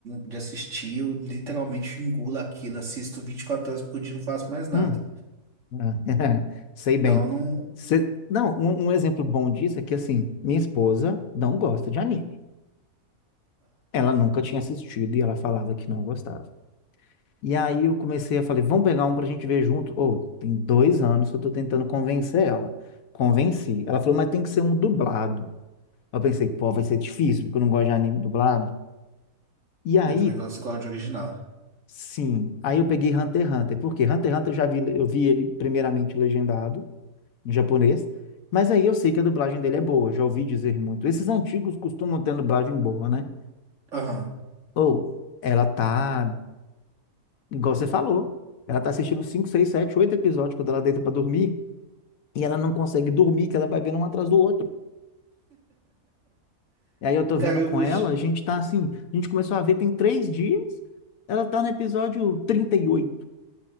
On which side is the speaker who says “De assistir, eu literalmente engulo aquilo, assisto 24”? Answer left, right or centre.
Right